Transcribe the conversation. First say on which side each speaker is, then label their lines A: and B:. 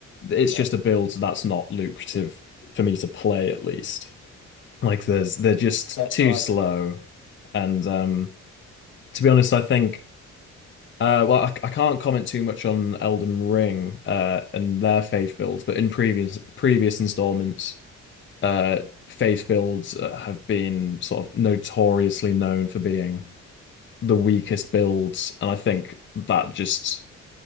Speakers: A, on the left; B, on the left.
A: it's
B: Yeah.
A: just a build that's not lucrative for me to play at least. Like there's they're just
B: Yeah,
A: too
B: no, I
A: slow
B: agree with that.
A: and um to be honest, I think uh well I, I can't comment too much on Elden Ring uh and their faith builds, but in previous previous installments uh, faith builds uh, have been sort of notoriously known for being the weakest builds, and I think that just